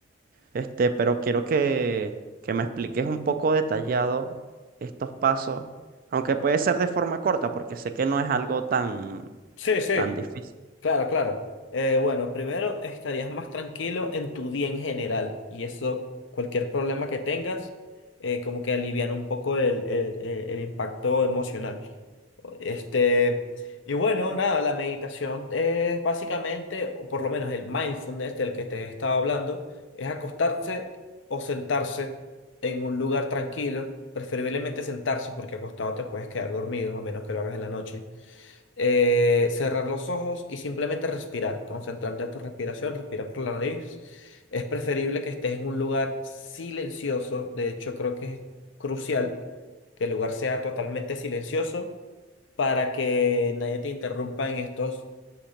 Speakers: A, on the right (about 50°); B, on the left (about 75°).
A: Este, pero quiero que, que me expliques un poco detallado estos pasos, aunque puede ser de forma corta, porque sé que no es algo tan,
B: Sí, sí.
A: tan difícil.
B: Claro, claro. Eh, bueno, primero estarías más tranquilo en tu día en general y eso, cualquier problema que tengas, eh, como que alivian un poco el, el- el- el impacto emocional. Este, y bueno, nada, la meditación es básicamente, o por lo menos el mindfulness del que te he estado hablando, es acostarse o sentarse en un lugar tranquilo, preferiblemente sentarse porque acostado te puedes quedar dormido, a menos que lo hagas en la noche eh, cerrar los ojos y simplemente respirar, concentrarte en tu respiración, respirar por la nariz. Es preferible que estés en un lugar silencioso, de hecho creo que es crucial que el lugar sea totalmente silencioso para que nadie te interrumpa en estos